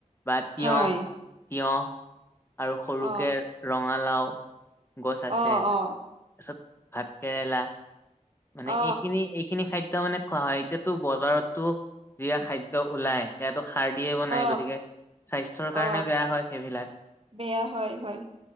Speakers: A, on the left; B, on the right.
A: বা তিয়হ
B: হয়
A: তিয়হ আৰু সৰুকে
B: অ
A: ৰঙালাও গছ
B: অ
A: আছে
B: অ
A: তাৰপিছত ভাত কেৰেলা মানে
B: অ
A: এইখিনি এইখিনি খাদ্য তাৰ মানে খোৱা হয় এতিয়াাতো বজাৰতো যিয়া খাদ্য ওলাই সেইয়াাতো সাৰ দিয়ে বনাই
B: অ
A: গতিকে স্বাস্থ্যৰ
B: অ
A: কাৰণে বেয়া হয় সেইবিলাক
B: বেয়া হয় হয়